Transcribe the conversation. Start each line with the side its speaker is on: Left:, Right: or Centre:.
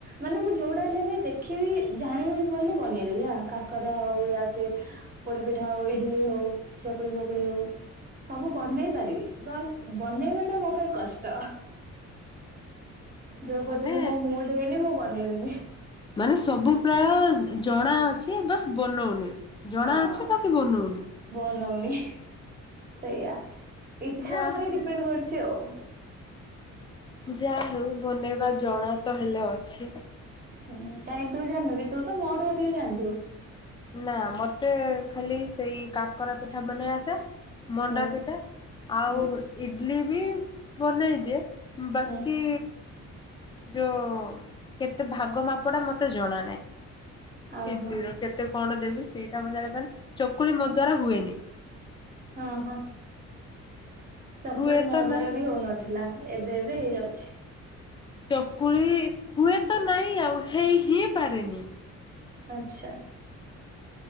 Right: ମାନେ ମୁଁ ଯୋଉଟା ହେଲେ ଲେ ଦେଖିବି ଜାଣିବି ବଲେ ବନେଇଦେବି ହା କାକରା ହଉ ଆ ଫିର ପୋଡ ପିଠା ହଉ ଇଡିଲି ହଉ ଚକୁଳି ଫକୁଳି ହଉ ସବୁ ବନେଇ ପା ରି ନସ୍ ବନେଇବା ଟା ମୋ ପାଇଁ କଷ୍ଟ। ଯୋଉ ପର୍ଯ୍ୟନ୍ତ
Left: ମାନେ
Right: ମୋ ମୁଡ଼ୁ ହେଇନି ମୁଁ ବନେଇବିନି।
Left: ମାନେ ସବୁ ପ୍ରାୟ ଜଣା ଅଛି ବାସ୍ ବନଉନି। ଜଣା
Right: ହଁ
Left: ଅଛି ବାକି ବନଉନୁ।
Right: ବନଉନି ସେଇୟା ଇଚ୍ଛା
Left: ଯା
Right: ଉପରେ ବି ଡିପେଣ୍ଡ କରୁଛି ଆଉ।
Left: ଯା ହେଉ ବନେଇବା ଜଣା ତ ହେଲେ ଅଛି।
Right: ହୁଁ କାଇଁ ତୁ ଜାଣିନୁ କି ତୁ ତ ମୋଠୁ ଅଧିକ ଜାଣିଥିବୁ?
Left: ନା ମତେ ଖାଲି ସେଇ କାକରା ପିଠା ବନେଇ ଆସେ। ମଣ୍ଡା
Right: ହୁଁ
Left: ପିଠା ଆଉ
Right: ହୁଁ
Left: ଇଡ଼ିଲି ବି ବନେଇଦିଏ। ବାକି
Right: ହୁଁ
Left: ଯୋଉ କେତେ ଭାଗ ମାପ ଟା ମତେ ଜଣା ନାଇଁ
Right: ଓହୋ।
Left: ଇଡ଼ିଲି ର କେ କେତେ କଣ ଦେବି ସେଇଟା ମୁଁ ଜାଣିପାରି ଚକୁଳି ମୋ ଦ୍ଵାରା ହୁଏନି।
Right: ହଁ ହଁ ଚକୁଳି
Left: ହୁଏ ତ
Right: ମୋ ଦ୍ଵାରା
Left: ନାହିଁ
Right: ବି ହଉନ ଥିଲା ଏବେ ଏବେ ହେଇଯାଉଛି।
Left: ଚକୁଳି ହୁଏ ତ ନାଇଁ ଆଉ ହେଇ ହି ପାରେନି।
Right: ଆଛା।